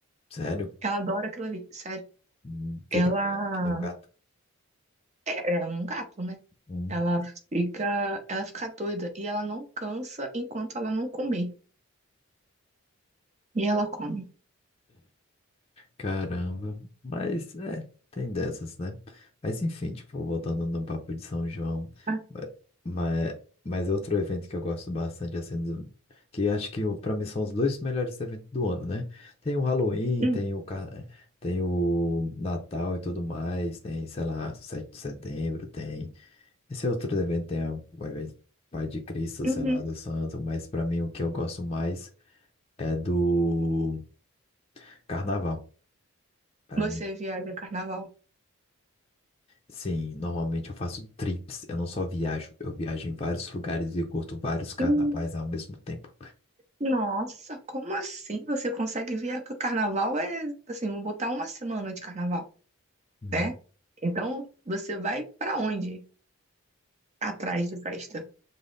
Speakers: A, on the left; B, on the right.
A: Sério?
B: Ela adora aquilo ali, sério.
A: Hum, Fica
B: Ela
A: miando que nem um gato.
B: é, é um gato, né?
A: Hum.
B: Ela fica, ela fica doida e ela não cansa enquanto ela não comer. E ela come.
A: Caramba, mas é, tem dessas, né? Mas enfim, tipo, voltando no papo de São João,
B: Ah,
A: mas, mas é outro evento que eu gosto bastante, assim, do- que acho que o- pra mim são os dois melhores eventos do ano, né? Tem o Halloween,
B: hum,
A: tem o, car- tem o Natal e tudo mais, tem, sei lá, 7 de setembro, tem esse outro evento, tem a- o evento Pai de Cristo,
B: uhum.
A: sei lá, do Santo, mas pra mim o que eu gosto mais é do Carnaval. Pra
B: Você
A: mim
B: viaja carnaval.
A: Sim, normalmente eu faço trips, eu não só viajo, eu viajo em vários lugares e curto vários carnavais
B: Hum,
A: ao mesmo tempo.
B: Nossa, como assim você consegue viajar? Porque o carnaval é, assim, vou botar uma semana de carnaval,
A: Hum.
B: né? Então, você vai pra onde? Atrás de festa.